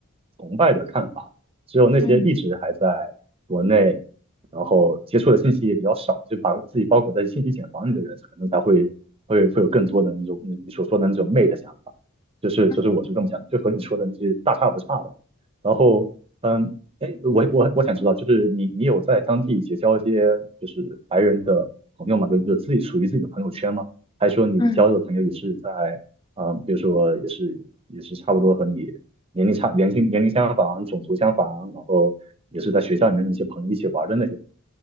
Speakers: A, on the right; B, on the left.
A: 崇拜的看法。只有那些一直还在国内，
B: 嗯
A: 然后接触的信息也比较少，就把自己包裹在信息茧房里的人，可能才会会会有更多的那种你你所说的那种媚的想法。就是就是我是这么想的，
B: 嗯
A: 就和你说的那些大差不差的。然后嗯，哎，我我我想知道，就是你你有在当地结交一些就是白人的朋友吗？有有自己属于自己的朋友圈吗？还是说你交的朋友也是在啊、
B: 嗯
A: 呃比如说也是也是差不多和你年龄差年龄年龄相仿、种族相仿，然后也是在学校里面的那些朋友一起玩的那些